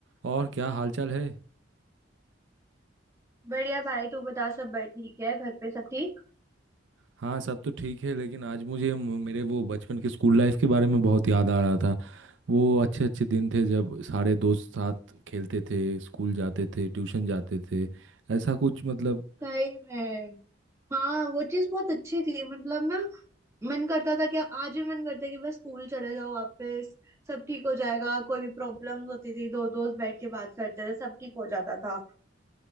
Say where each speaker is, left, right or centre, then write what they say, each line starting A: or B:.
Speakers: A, on the right; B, on the right.
A: और क्या हालचाल है
B: बढ़िया भाई तू बता सब बड़ ठीक है घर पे सब ठीक
A: हाँ सब तो ठीक है लेकिन आज मुझे म- मेरे वो बचपन के स्कूल लाइफ के बारे में बहुत याद आ रहा था वो अच्छे अच्छे दिन थे जब सारे दोस्त साथ खेलते थे स्कूल जाते थे ट्यूशन जाते थे ऐसा कुछ मतलब
B: सही में हाँ वो चीज बहुत अच्छी थी मतलब ना मन करता था कि आज भी मन करता है कि बस स्कूल चले जाओ वापस सब ठीक हो जाएगा कोई भी प्रॉब्लम्स होती थी दो दोस्त बैठ के बात करते थे सब ठीक हो जाता था